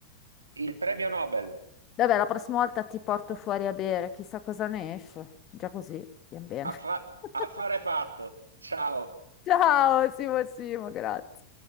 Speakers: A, on the right; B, on the left.
A: Il premio Nobel.
B: Vabbè, la prossima volta ti porto fuori a bere, chissà cosa ne esce. Già così, bien bene.
A: Affa
B: <laughs>
A: affare fatto. Ciao.
B: Ciao Simo Simo, grazie.